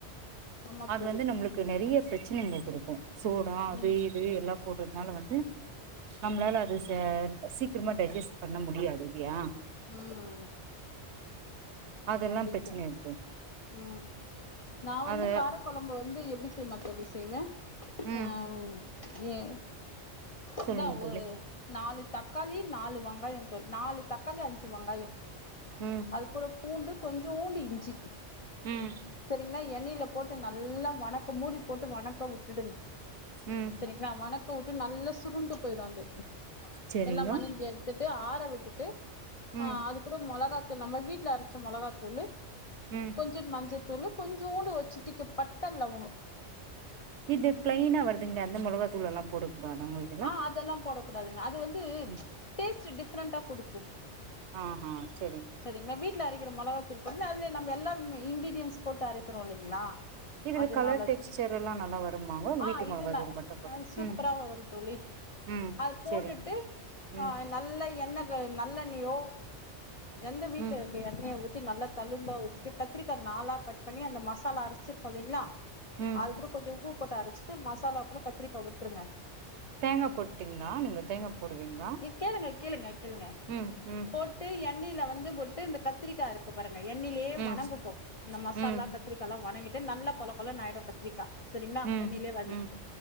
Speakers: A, on the left; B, on the right.
A: ஆமா
B: அது
A: தோழி
B: வந்து நம்ளுக்கு நெறைய பிரச்சனைங்க குடுக்கு சோடா அது
A: ம்
B: இது எல்லா போட்றதுனால வந்து நம்மளால அது செ சீக்ரமா டைஜஸ்ட் பண்ண முடியாது இல்லையா
A: ம்
B: அதெல்லா
A: அப்டிக்க
B: பிரச்சன இருக்கு
A: ம் நா வந்து
B: அத
A: கார கொழம்பு வந்து எப்டி தெரியுமா தோழி செய்வே
B: ம்
A: ஆ ஏ
B: சொல்லுங்க
A: இந்தா
B: தோழி
A: ஒ நாலு தக்காளி நாலு வங்காயம் தோழி நாலு தக்காளி அஞ்சு வங்காயம்
B: ம்
A: அது கூட பூண்டு கொஞ்சோண்டு இஞ்சி
B: ம்
A: சரி எண்ணைல போட்டு நல்லா வணக்க மூடி போட்டு வணக்க வுட்டுடுங்க
B: ம்
A: சரிங்ளா வணக்க க்க வுட்டு நல்ல சுருண்டு போயிடு அது
B: செரிங்க
A: எல்லா வணங்கி எடுத்துட்டு ஆற விட்டுட்டு ஆ
B: ம்
A: அது கூட மொளகாத்தூள் நம்ம வீட்ல அரச்ச மொளகாத்தூளு
B: ம்
A: கொஞ்சோ மஞ்சத்தூளு கொஞ்சோண்டு ஒரு சிட்டிக பட்ட லவங்க
B: இது பிளைனா வருதுங்களே அந்த மொளகாத்தூள்லலா போடக்கூடாதாங்கோய்
A: அ அதெல்லாம் போடக் கூடாதுங்க அது வந்து
B: ம்
A: டேஸ்ட் டிஃப்ரெண்டா குடுத்தது
B: ஆ ஹ செரிங்
A: சரிங்களா வீட்டுல அரைக்கிற மிளகாதூள் போட்டு அதுல நம்ம எல்ல இங்கிரீடியன்ஸ் போட்டு அரக்கிறோ இல்லங்ளா
B: இதுல
A: அதுனாலது
B: கலர் டெக்ஸ்சர் எல்லா நல்லா வருமாங்க
A: ஆ
B: வீட்டு
A: இது
B: மொளகாத்தூள்
A: நல்
B: மட்டு போட்டா
A: சூப்ரா
B: ம்
A: வரு ழி
B: ம்
A: அத போட்டுட்டு
B: செரி ம்
A: ஆ நா நல்ல எண்ணக நல்லெண்ணயோ எந்த வீட்ல
B: ம்
A: இரு ப்ப எண்ணெய ஊத்தி நல்லா தழும்பா ஊத்திட்டு கத்திரிக்கா நாலா கட் பண்ணி அந்த மசாலா அரச்சிருப்போ இல்லங்களா
B: ம்
A: அது கூட கொஞ்ச உப்பு போட்டு அரச்சிட்டு மசாலாக்குள்ள கத்திரிக்கா உட்ருங்க
B: தேங்கா போட்டீங்ளா நீங்க தேங்கா போடுவீங்ளா
A: கேளுங்க கேளுங்க கேளுங்க
B: ம் ம்
A: போட்டு எண்ணெயில வந்து போட்டு இந்த கத்திரிக்கா இருக் பாருங்க எண்ணைலயே
B: ம்
A: வணங்கட்டு அந்த மசாலா
B: ம்
A: கத்திரிக்க ல்லா வணங்கிட்டு நல்ல கொல கொல ஆயிடு கத்திரிக்கா சேரிங்ளா
B: ம்
A: எண்ணெயிலயே வதக்கிட்டு
B: ம்